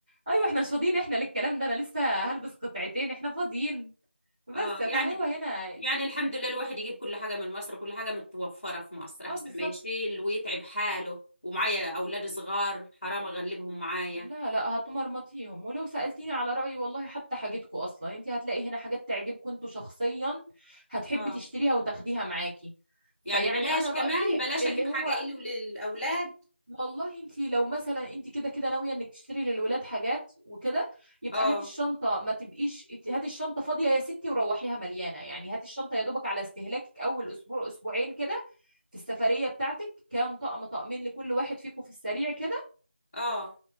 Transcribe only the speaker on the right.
ايوه احنا مش فاضيين احنا للكلام ده انا لسه هلبس قطعتين احنا فاضيين بس
فهو
هنا
اه بالظبط
لا لا هتمرمطيهم ولو سألتيني على رأيي والله حتى حاجتكم أصلا انت هتلاقي هنا حاجات تعجبكم انتوا شخصيا هتحبي
تشتريها وتاخديها معاكي
فيعني
أنا
رأيي
اللي
هو
والله انت لو مثلا انت كده كده ناوية انك تشتري للولاد حاجات وكده يبقى
هاتي الشنطة ما تبقيش هاتي الشنطة فاضية يا ستي وروحيها مليانة يعني هاتي الشنطة يا دوبك على استهلاكك أول أسبوع أسبوعين كده في السفرية بتاعتك كام طقم طقمين لكل واحد فيكم في السريع كده